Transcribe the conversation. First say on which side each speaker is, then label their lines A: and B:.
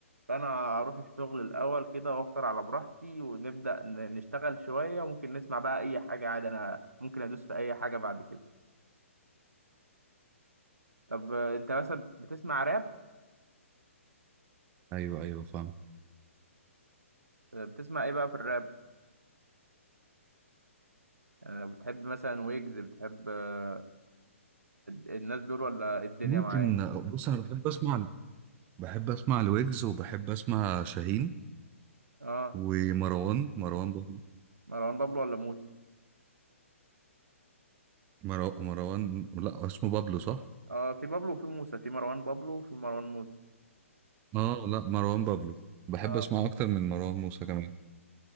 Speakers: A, on the right; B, on the right.
A: فانا اروح الشغل الاول كده وافطر على براحتي ونبدا ن- نشتغل شويه وممكن نسمع بقى اي حاجه عادي انا ممكن ادوس في اي حاجه بعد كده طب آه، انت مثلا بتسمع راب
B: ايوه ايوه فاهم
A: آه، بتسمع ايه بقى في الراب يعني بتحب مثلا ويجز بتحب آه، الناس دول ولا الدنيا
B: ممكن
A: معايا
B: بص انا بحب اسمع بحب اسمع الويجز وبحب اسمع شاهين
A: اه
B: ومروان مروان بابلو
A: مروان بابلو ولا موسى
B: مروان مروان لا اسمه بابلو صح
A: اه في بابلو وفي موسى في مروان بابلو وفي مروان موسى
B: اه لا مروان بابلو بحب
A: اه
B: اسمعه اكتر من مروان موسى كمان